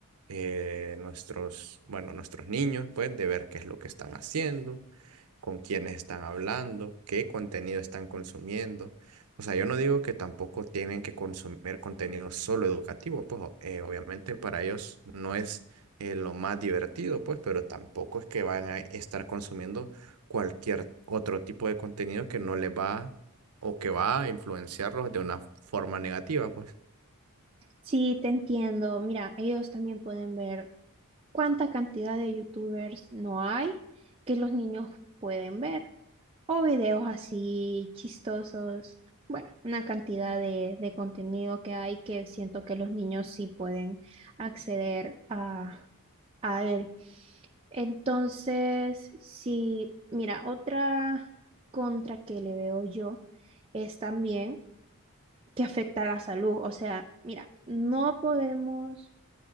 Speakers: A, on the right; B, on the right.
A: eh, nuestros, bueno, nuestros niños, pues, de ver qué es lo que están haciendo, con quiénes están hablando, qué contenido están consumiendo. O sea, yo no digo que tampoco tienen que consumir contenido solo educativo, pues o- eh, obviamente para ellos no es eh, lo más divertido, pues, pero tampoco es que van a estar consumiendo cualquier otro tipo de contenido que no les va o que va a influenciarlos de una forma negativa, pues.
B: Sí, te entiendo. Mira, ellos también pueden ver cuánta cantidad de youtubers no hay que los niños pueden ver. O videos así chistosos. Bueno, una cantidad de, de contenido que hay que siento que los niños sí pueden acceder a, a él. Entonces, sí, mira, otra contra que le veo yo es también que afecta a la salud. O sea, mira, no podemos